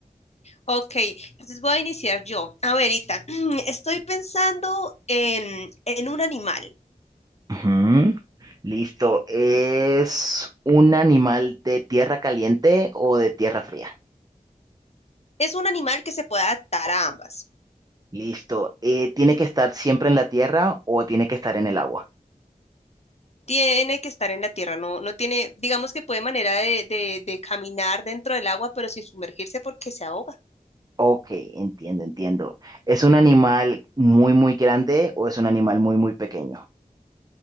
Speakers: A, on the left; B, on the right.
A: Ok, entonces voy a iniciar yo. A ver, Ethan, <clears throat> estoy pensando en, en un animal.
B: Ujú. Listo. ¿Es un animal de tierra caliente o de tierra fría?
A: Es un animal que se puede adaptar a ambas.
B: Listo. Eh, ¿tiene que estar siempre en la tierra o tiene que estar en el agua?
A: Tiene que estar en la tierra, no, no tiene, digamos que puede manera de, de- de caminar dentro del agua, pero sin sumergirse porque se ahoga.
B: Ok, entiendo, entiendo. ¿Es un animal muy, muy grande o es un animal muy, muy pequeño?